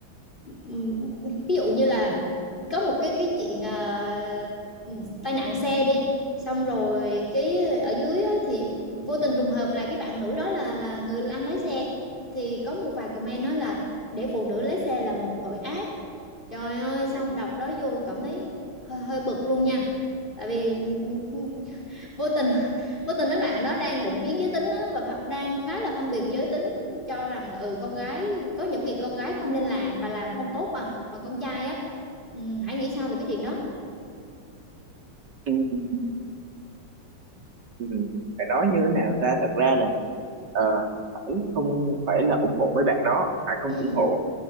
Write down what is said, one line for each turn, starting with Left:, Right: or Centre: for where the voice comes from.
Left: ừm, ví dụ như là có một cái cái chuyện ờ, ừm, tai nạn xe đi, xong rồi cái ở dưới á, thì vô tình trùng hợp là cái bạn nữ đó là là người đang lái xe thì có một vài comment nói là để phụ nữ lái xe là một tội ác Trời ơi xong
Right: ừ
Left: đọc đó vô cảm thấy hơi, hơi bực luôn nha tại vì ừ, ừ, vô tình <laughs> vô tình mấy bạn đó đang định kiến giới tính á, và ph- đang khá là phân biệt giới tính cho rằng là ừ con gái có những việc con gái không nên làm và làm không tốt bằng bằng con trai á ừ, hãy nghĩ sao về cái chuyện đó
Right: ừ ừ, ừ, ừ. phải nói như thế nào ta thật ra là ờ, Hải không phải là ủng hộ mấy bạn đó Hải không
Left: ừ,
Right: ủng hộ